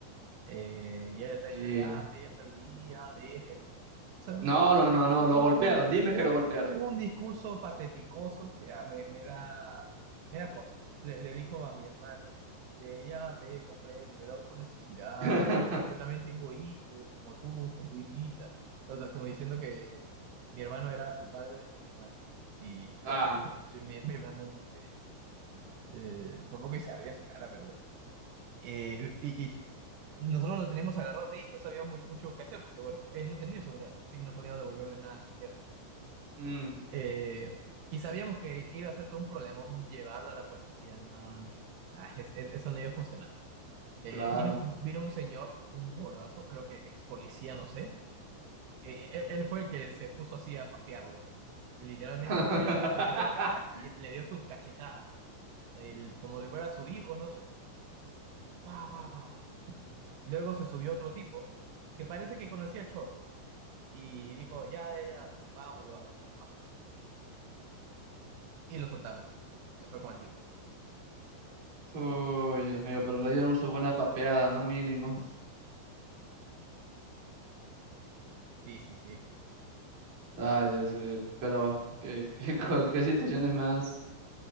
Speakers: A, on the right (about 80°); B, on the right (about 40°).
A: Eh, y él está
B: Y...
A: diciendo, ya, pe, ya perdí, ya, déjenme. O sea, un,
B: No, no, no, no,
A: un,
B: lo golpearon.
A: un,
B: Dime
A: un,
B: que lo golpearon.
A: un discurso pateticoso que ah, me, me da, me da cosa. Le, le dijo a mi hermano, de, ya, pe, compréndeme, lo hago por necesidad.
B: <laughs>
A: eh, Yo también tengo hijos, como tú, con tu hijita. O sea, como diciendo que mi hermano era el padre de mi hermana. Y
B: Ah,
A: bueno, <laughs> yo- mi, mi hermano, eh, eh, por poco y se ría en su cara, pero bueno. Eh, y, nosotros lo teníamos agarrados ahí, no sabíamos muy, mucho qué hacer, porque bueno, él no tenía celular, así que no podíamos devolverle nada a la señora.
B: mm,
A: Eh, y sabíamos que iba a ser todo un problemón llevarlo a la policía, no, no. ah, es- es- eso no iba a funcionar. Eh,
B: claro.
A: vino, vino un señor, un gordazo, creo que ex policía, no sé, que él, él fue el que se puso así a papearlo. Literalmente
B: <laughs>
A: lo mira a la, lo mira a la cara, él- le dio sus cachetadas, el- como si fuera su hijo, no sé, pa, pa, pa, pa. Luego se subió otro tipo, que parece que conocía el choro Y dijo, ya, ya, ya, vámonos, vámonos, va. Y lo soltamos. Se fue con el tipo.
B: Uy, Dios mío, pero le dieron su buena papeada, ¿no? Mínimo.
A: Sí, sí, sí.
B: Ay, Dios, sí, Pero, ¿qué, qué, <laughs> co- qué situaciones más?